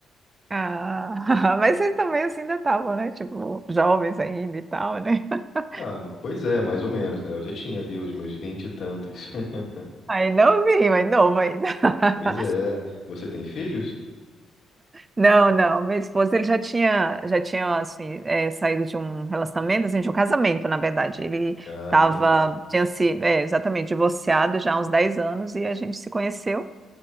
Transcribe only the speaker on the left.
Ah, pois é, mais ou menos, né? Eu já tinha ali os meus vinte e tantos. <laughs>
Pois é. Você tem filhos?
Ah,
entendi.